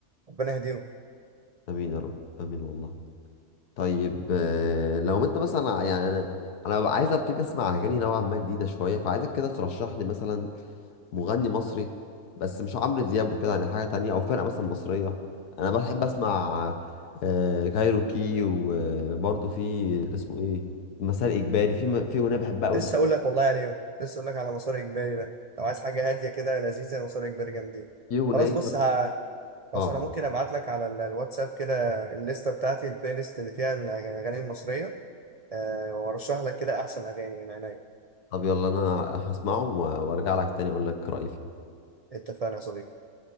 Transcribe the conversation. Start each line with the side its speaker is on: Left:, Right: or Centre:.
Right: ربنا يهديهم
Left: امين يا رب امين والله طيب آه، لو انت مثلا ع- يعني انا انا ببقى عايز ابتدي اسمع اغاني نوعا ما جديده شويه فعايزك كده ترشح لي مثلا مغني مصري بس مش عمرو دياب وكده يعني حاجه تانية او فرقه مثلا مصريه انا بحب اسمع آه، كايروكي وبرضه في اللي اسمه ايه مسار اجباري في م- في اغنيه بحبها قوي
Right: لسه اقول لك والله يعني يوم. لسه اقول لك على مسار اجباري ده لو عايز حاجه هاديه كده لذيذه مسار اجباري جامدين
Left: في اغنيه
Right: خلاص بص ه... خلاص
Left: اه
Right: انا ممكن ابعت لك على ال- الواتساب كده الليسته بتاعتي البلاي ليست اللي فيها الاغاني المصريه أه وارشح لك كده احسن اغاني من عينيا
Left: طب يلا انا هسمعهم و- وارجع لك تاني اقول لك رايي فيهم
Right: اتفقنا يا صديقي